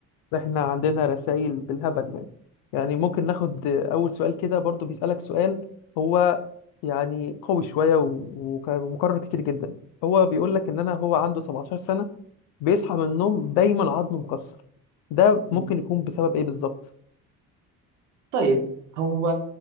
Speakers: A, on the left (about 55°); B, on the right (about 80°).
A: ده احنا عندنا رسائل بالهبل يعني يعني ممكن ناخد آه، اول سؤال كده برضو بيسالك سؤال هو يعني قوي شويه و- وك- ومكرر كتير جدا هو بيقول لك ان انا هو عنده 17 سنه بيصحى من النوم دايما عضمه مكسر ده ممكن
B: مم.
A: يكون بسبب ايه بالظبط
B: طيب هو